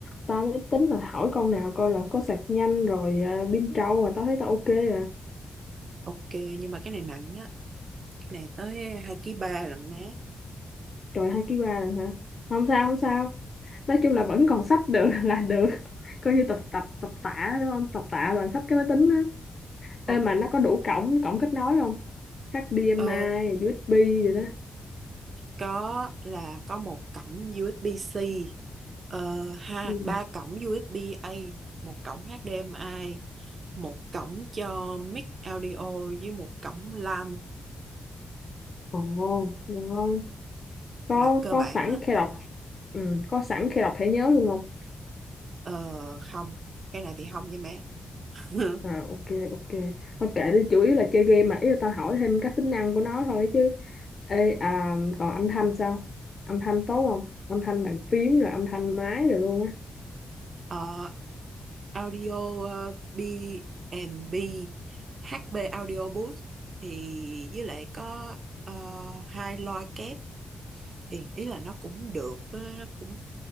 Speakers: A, on the left (about 35°); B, on the right (about 45°).
A: tao mới tính là hỏi con nào coi là có sạc nhanh rồi ờ, pin trâu mà tao thấy tao ok rồi,
B: ok nhưng mà cái này nặng á cái này tới hai ký ba lận má
A: trời hai ký ba lần hả không sao không sao nói chung là vẫn còn sách được <laughs> là được coi như tập tập tập tạ đúng không tập tạ bằng sách cái máy tính Ê,
B: ok
A: mà nó có đủ cổng cổng kết nối không? HDMI,
B: ờ,
A: USB rồi đó.
B: có là có một cổng USB-C ờ, ha
A: Ừ.
B: ba cổng USB-A một cổng HDMI một cổng cho mic audio với một cổng LAN
A: Ồ, được không? Có
B: là cơ
A: có
B: bản
A: sẵn
B: á
A: khe đọc. Ừ, có sẵn khe đọc thẻ nhớ luôn không?
B: ờ, không cái này thì không với má <laughs>
A: À ok ok. Thôi kệ đi, chủ yếu là chơi game mà ý là tao hỏi thêm các tính năng của nó thôi chứ. Ê à, còn âm thanh sao? Âm thanh tốt không? Âm thanh bàn phím rồi âm thanh máy rồi luôn á.
B: Ờ, Audio ờ, B&B HB Audio Booth thì với lại có ờ, hai loa kép thì ý là nó cũng được ờ, nó cũng